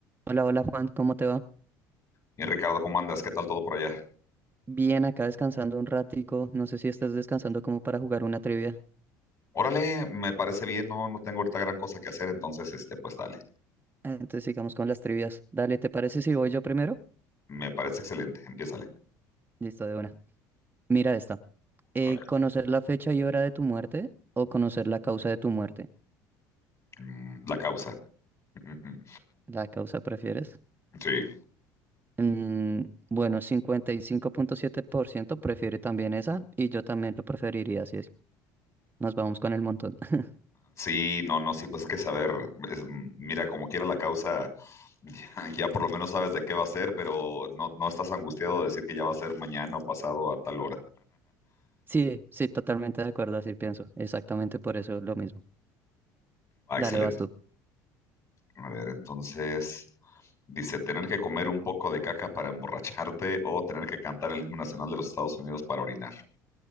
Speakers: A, on the right (about 20°); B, on the left (about 40°).
A: Hola, hola Juan, ¿cómo te va?
B: Y Ricardo, ¿cómo andas? ¿Qué tal todo por allá?
A: Bien, acá descansando un ratico. No sé si estás descansando como para jugar una trivia.
B: Órale, me parece bien, no, no tengo ahorita gran cosa que hacer, entonces, este, pues dale,
A: Ah, Entonces sigamos con las trivias. Dale, ¿te parece si voy yo primero?
B: me parece excelente, empiézale.
A: Listo, de una. Mira esta. Eh,
B: A ver,
A: ¿conocer la fecha y hora de tu muerte o conocer la causa de tu muerte?
B: mm, la causa. <laughs>
A: ¿La causa prefieres?
B: Sí,
A: Mm, bueno, 55.7% prefiere también esa y yo también lo preferiría, así es. Nos vamos con el montón. <laughs>
B: sí, no, no, sí, pues es que saber, es, mm, mira, como quiera la causa, <laughs> ya, por lo menos sabes de qué va a ser, pero no, no estás angustiado de decir que ya va a ser mañana o pasado a tal hora.
A: Sí, sí, totalmente de acuerdo, así pienso. Exactamente por eso lo mismo.
B: Ah,
A: Dale,
B: excelente.
A: vas tú.
B: A ver, entonces, dice, tener que comer un poco de caca para emborracharte o tener que cantar el himno nacional de los Estados Unidos para orinar.